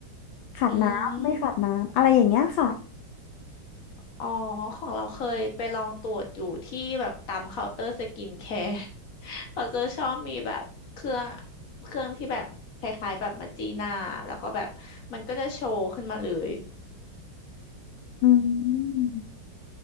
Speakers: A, on the left; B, on the left.
A: ขาดน้ำไม่ขาดน้ำอะไรอย่างเงี้ยค่ะ
B: อืม อ๋อของเราเคยไปลองตรวจอยู่ที่แบบตามเคาน์เตอร์สกินแคร์ <laughs> เขาจะชอบมีแบบเครื่องเครื่องที่แบบคล้ายๆแบบมาจีหน้าแล้วก็แบบมันก็จะโชว์ขึ้นมาเลย
A: อืม